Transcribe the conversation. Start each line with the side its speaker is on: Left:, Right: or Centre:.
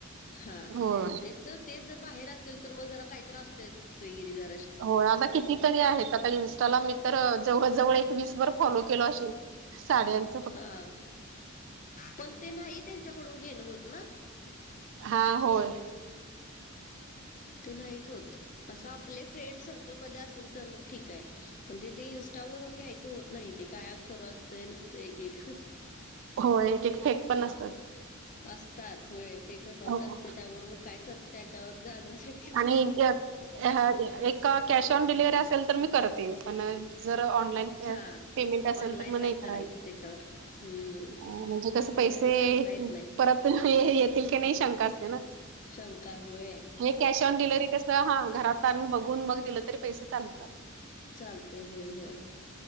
Left: हा
Right: होय
Left: तेच तर तेच जर बाहेर असेल तर मग जरा काही तरी असतेच फसवेगिरी जरा.
Right: हो आता किती तरी इंस्टाला मी तर जवळ जवळ एक वीस वर फॉलो केलो असेल साड्यांनच.
Left: हा पण ते नाही त्यांच्याकडून घेणं होत ना
Right: हा होय
Left: ते नाहीच होत असं आपले फ्रेंड सर्कल म असेल तर मग ठीक आहे म्हणज ते इंस्टावरून घ्यायचं होत नाही ते काय खरं असतंय नसतं एक एक
Right: हो एक एक फेक पण असतात.
Left: असतात होय फेक अकाउंट
Right: हो
Left: असते त्यामुळे मग काय कर त्याच्यावर जाणं शक्यच
Right: आणि
Left: नाही
Right: <unintelligible> ह एक कॅश ऑन डिलिव्हरी असेल तर मी करते पण जर ऑनलाईन
Left: हा
Right: पमेंट अस
Left: ऑनलाईन
Right: मग नाही करा
Left: करायचं त्याच्यावर हम्म
Right: म्हण क पैसे
Left: ते काही सांगता येत नाही
Right: परत येतील की नाही शंका असते ना
Left: शंका हुय
Right: हे कॅश ऑन डिलेवर्हरी कसं हा घरात आण बघून मग दिलं तरी पैसे चालतात
Left: चालते होय होय